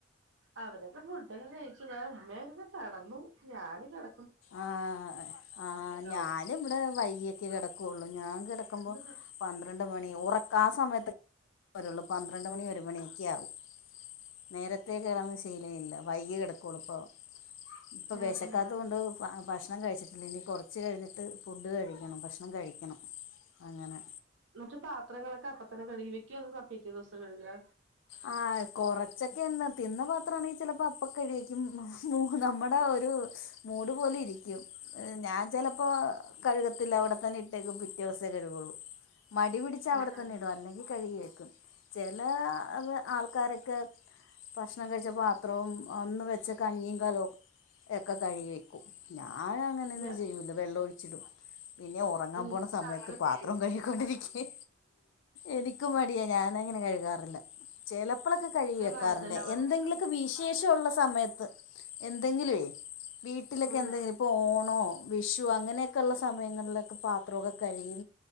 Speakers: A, on the right; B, on the left.
A: അവരൊക്കെ ഫുഡൊക്കെ കഴിച്ച് ദേ ഉമ്മയവരൊക്കെ കെടന്നു ഞാന് കെട
B: ആഹ് ആ
A: ക്കാവും
B: ഞാന്ബടെ വൈകിയൊക്കെ കെടക്കുവൊള്ളു ഞാൻ കെടക്കുമ്പോ
A: എന്നിട്ട്
B: പന്ത്രണ്ട് മണി ഉറക് ആ സമയത്ത് വരുള്ളൂ പന്ത്രണ്ട് പന്ത്രണ്ട് മണി ഒരു മണിയൊക്കെയാവും നേരത്തേ കിടന്ന് ശീലമില്ല വൈകിയെ കെടകൊള്ളുയിപ്പോ. ഇപ്പൊ
A: ഏ
B: വെശക്കാത്തോണ്ട്.
A: ഏ
B: ആ ഭക്ഷണം കഴിച്ചിട്ടില്ല ഇനി കുറച്ച് കഴിഞ്ഞിട്ട് ഫുഡ് കഴിക്കണം ഭക്ഷണം കഴിക്കണം അങ്ങനെ
A: ഇന്ന്ട്ട് പാത്രങ്ങളൊക്കെ അപ്പ തന്നെ കഴുകിവെക്കൊ അതോ പിറ്റേ ദിവസം കഴുകേ?
B: ആഹ് കൊറച്ചൊക്കെയൊന്ന് തിന്ന പാത്ര <unintelligible> ചിലപ്പോ അപ്പ കഴികിക്കും നമ്മുടെ ഒരു മൂട് പോലെ ഇരിക്കും ഞാൻ ചെലപ്പോ കഴുകത്തില്ല അവിടെത്തന്നെ ഇട്ടേക്കും പിറ്റേ ദിവസേ കഴുകുള്ളു മടി പിടിച്ച് അവിടെ
A: ആ
B: തന്നെ
A: ആ
B: ഇടും അല്ലെങ്കിൽ കഴുകി വെക്കും. ചെലെ ആൾക്കാരൊക്കെ. ഭക്ഷണം കഴിച്ച പാത്രവും അന്ന് വെച്ച കഞ്ഞീം കലോം. ക്കെ കഴുകി വെക്കും ഞാൻ അങ്ങനെയൊന്നും
A: ഞ
B: ചെയ്യൂല്ല വെള്ളം ഒഴിച്ചിടും പിന്നെ ഉറങ്ങാൻ
A: ഉം
B: പോണ
A: പക്ഷെ
B: സമയത്ത്
A: അങ്ങനെ
B: പാത്രം
A: ചെയ്യ
B: കഴ് <unintelligible> എനിക്കും മടിയാ ഞാനങ്ങനെ കഴുകാറില്ല. ചെലപ്പളൊക്കെ കഴുകി വെക്കാറുണ്ട്
A: നല്ലതല്ല പറയാ
B: എന്തെങ്കിലും. വിശേഷഉള്ള സമയത്ത് എന്തെങ്കിലുഏ വീട്ടിലൊക്കെ
A: ഉം
B: എന്തെങ്കിലും ഇപ്പോ ഓണോ വിഷോ അങ്ങനെയൊക്കെ ഉള്ള സമയങ്ങ <unintelligible> പാത്രൊക്കെ കഴു.